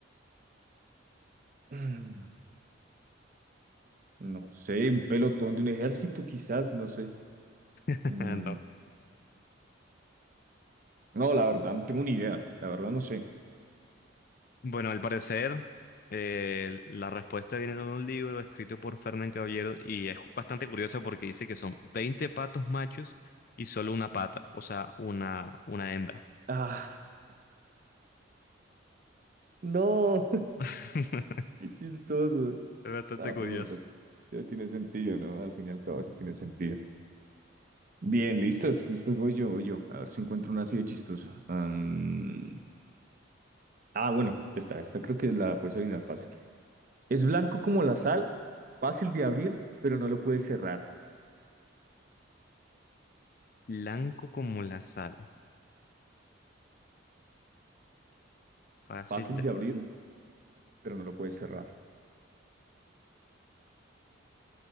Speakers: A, on the right (about 45°); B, on the left (about 45°).
A: Mm, no sé, un pelotón de un ejército, quizás, no sé.
B: <laughs>
A: Mm, no, la verdad, no tengo ni idea. La verdad, no sé.
B: Bueno, al parecer, eh, la respuesta viene en un libro escrito por Fernán Caballero y es bastante curioso porque dice que son 20 patos machos y solo una pata, o sea, una, una hembra.
A: Ah, no,
B: <laughs>
A: <laughs> qué chistoso.
B: Es bastante
A: Ah,
B: curioso.
A: pues bueno, pues ya tiene sentido, ¿no? Al fin y al cabo, sí tiene sentido. Bien, listos, listos, voy yo, voy yo. A ver si encuentro una así de chistosa. Am, ah, bueno, esta, esta creo que la puedes adivinar fácil. Es blanco como la sal, fácil de abrir, pero no lo puedes cerrar.
B: Blanco como la sal, fácil
A: Fácil
B: de
A: de abrir,
B: abrir.
A: pero no lo puedes cerrar.